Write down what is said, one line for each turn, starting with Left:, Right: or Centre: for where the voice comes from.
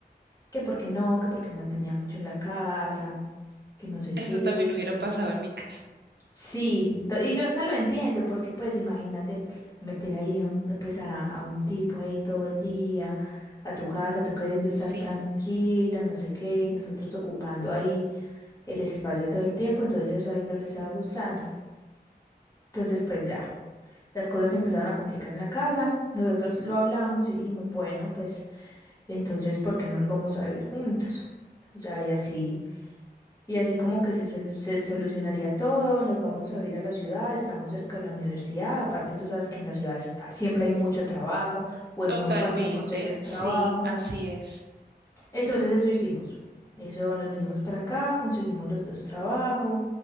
Left: que porque no, que porque él mantenía mucho en la casa, que no sé
Right: Eso
Left: qué,
Right: también hubiera
Left: que...
Right: pasado en mi casa.
Left: Sí, do- y yo hasta lo entiendo, porque pues imagínate meter ahí un- pues a, a un tipo ahí todo el día, a tu casa, tú queriendo estar
Right: Sí,
Left: tranquilo, no sé qué, y nosotros ocupando ahí el espacio todo el tiempo, entonces eso a él no le estaba gustando. Entonces pues ya, las cosas se empezaron a complicar en la casa, nosotros lo hablamos y dijimos, bueno, pues entonces, ¿por qué no nos vamos a vivir juntos? O sea, y así. Y así como que se, solu- se solucionaría todo, nos vamos a ir a la ciudad, estamos cerca de la universidad, aparte tú sabes que en las ciudades ah, siempre hay mucho trabajo o es
Right: totalmente.
Left: muy fácil conseguir
Right: Sí,
Left: trabajo.
Right: así es.
Left: Entonces eso hicimos. Eso nos vinimos para acá, conseguimos los dos trabajos,